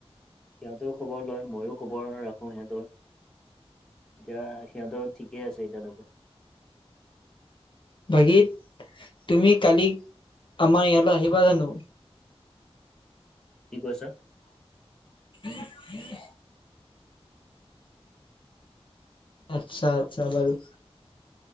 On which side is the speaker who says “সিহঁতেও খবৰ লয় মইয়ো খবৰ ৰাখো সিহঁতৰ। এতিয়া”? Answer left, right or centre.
Centre